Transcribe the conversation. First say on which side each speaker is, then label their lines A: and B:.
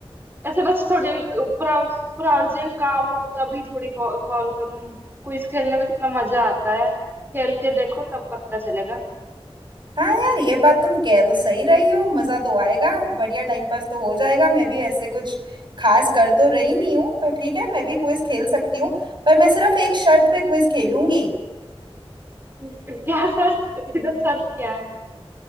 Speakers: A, on the right (about 20°); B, on the right (about 50°).
A: ऐसे बस थोड़े पूरा पूरा अर्जेंट काम हो तभी थोड़ी कॉल करूँ क्विज खेलने में कितना मजा आता है खेल के देखो तब पता चलेगा
B: हाँ यार ये बात तुम कह तो सही रही हो मजा तो आएगा बढ़िया टाइम पास तो हो जाएगा मैं भी ऐसे कुछ खास कर तो रही नहीं हूँ तो ठीक है मैं भी क्विज खेल सकती हूँ पर मैं सिर्फ एक शर्त पे क्विज खेलूंगी
A: <laughs> क्या शर्त इधर शर्त क्या है